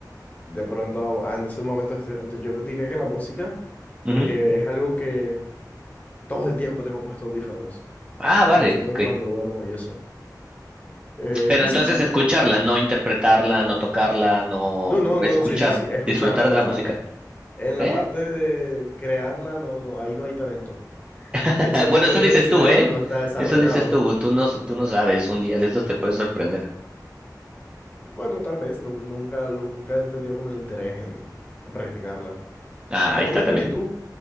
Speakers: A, on the left; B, on the right.
A: De pronto, ah, en esos momentos, estoy- entonces yo diría que la música,
B: ujú.
A: porque es algo que todo el tiempo tengo puestos audífonos,
B: Ah,
A: a
B: vale,
A: excepción de
B: ok.
A: cuando duermo y eso. Eh,
B: Pero
A: pues
B: entonces
A: sí, sí,
B: escucharla,
A: yo.
B: no interpretarla, no tocarla, no
A: No, no,
B: escuchar,
A: no, sí, sí, sí, escucharla,
B: disfrutar
A: escucharla.
B: de la música.
A: En
B: Ok.
A: la parte de crearla, no, no, ahí no hay talento.
B: <laughs>
A: Ese hemisferio
B: Bueno, eso dices
A: de mi cerebro
B: tú, ¿eh?
A: no está desarrollado.
B: Eso dices tú. Tú no, tú no sabes. Un día de estos te puedes sorprender.
A: Bueno, tal vez, nu- nunca, nunca he entendido como el interés en, en practicarla.
B: Ah,
A: Pero
B: ahí está
A: coméntame,
B: también.
A: ¿y tú?